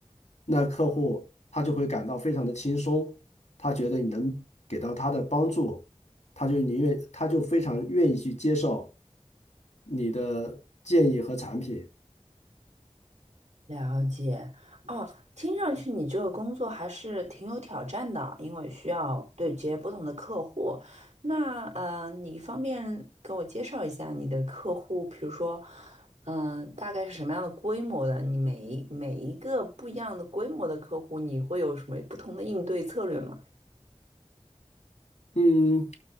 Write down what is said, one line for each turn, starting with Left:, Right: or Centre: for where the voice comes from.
Left: 那客户他就会感到非常的轻松，他觉得你能给到他的帮助，他就宁愿他就非常愿意去接受你的建议和产品。
Right: 了解哦，听上去你这个工作还是挺有挑战的，因为需要对接不同的客户。那呃，你方便给我介绍一下你的客户，比如说，嗯、大概是什么样的规模的？你每一每一个不一样的规模的客户，你会有什么不同的应对策略吗？
Left: 嗯，